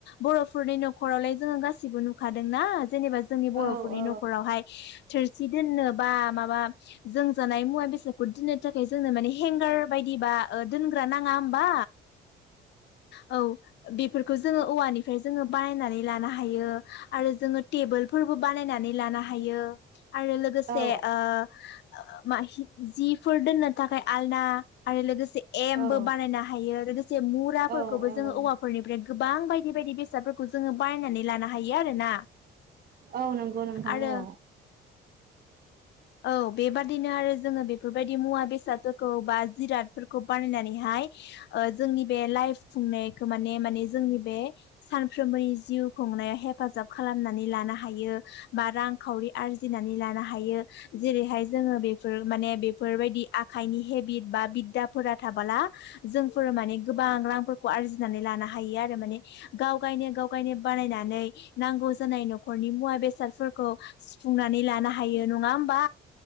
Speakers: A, on the left (about 65°); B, on the right (about 50°).
A: बर'फोरनि न'खरावलाय जोङो गासिबो नुखादोंना। जेनेबा जोंनि बर'फोरनि
B: औ औ
A: न'खरावहाय थोरसिआव सि दोननो बा माबा जों जानाय मुवा बेसादखौ दोननो थाखाय जोंनो मान हेंगार। बायदिबा ओ-दोनग्रा नाङा होमबा? औ बेफोरखौ जोङो औवानिफ्राय जोङो बानायनानै लानो हायो आरो जोङो टेबोल फोरबो बानायनानै लानो हायो। आरो लोगोसे
B: औ
A: ओ-ओ- मा-हि- जिफोर दोननो थाखाय आलना, आरो लोगोसे एमबो
B: औ
A: बानायनो हायो लोगोसे मुराफोरखौबो
B: औ औ
A: जोङो औवाफोरनिफ्राय। गोबां बायदि बायदि बायदि बेसादफोरखौ जोङो बायनानै लानो हायो आरोना।
B: औ नंगौ नोंथां
A: आरो
B: औ।
A: औ बेबादिनो आरो जोङो बेफोरबायदि मुवा बेसादफोरखौ बा जिरादफोरखौ बानायनानैहाय ओ-जोंनि बे लाइफ खुंनायखौ माने माने जोंनि बे सानफ्रोमबोनि जिउ खुंनायाव हेफाजाब खालामनानै लानो हायो बा रांखावरि आरजिनानै लानो हायो। जेरैहाय जोङो बेफोर माने बेफोरबायदि आखाइनि हेबिट बा बिद्दाफोरा थाबोला जोंफोर माने गोबां रांफोरखौ आरजिनानै लानो हायो आरो माने गाव गायनो गाव गायनो बानायनानै नांगौ जानाय न'खरनि मुवा बेसादफोरखौ सुफुंनानै लानो हायो नङा होम बा